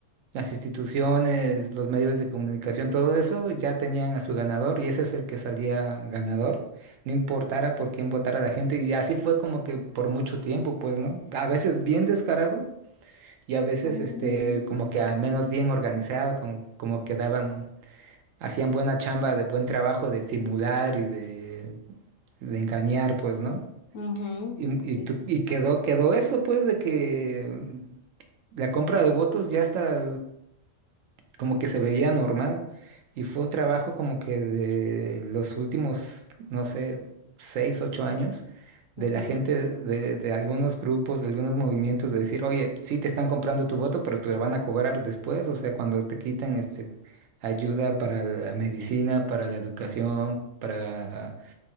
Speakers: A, on the right; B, on the left.
A: las instituciones, los medios de comunicación, todo eso ya tenían a su ganador y ese es el que salía ganador, no importara por quién votara la gente y así fue como que por mucho tiempo, pues, ¿no? A veces bien descarado y a veces
B: Mm.
A: este como que al menos bien organizado, como, como que daban, hacían buena chamba, de buen trabajo de simular y de, de engañar, pues, ¿no?
B: Ujú,
A: Y,
B: Sí,
A: y, tu-
B: sí.
A: y quedó, quedó eso, pues, de que la compra de votos ya está como que se veía normal y fue trabajo como que de los últimos, no sé, seis, ocho años
B: ujú,
A: de la gente de, de algunos grupos, de algunos movimientos de decir, oye, sí te están comprando tu voto, pero te la van a cobrar después, o sea, cuando te quiten este ayuda para la medicina, para la educación, para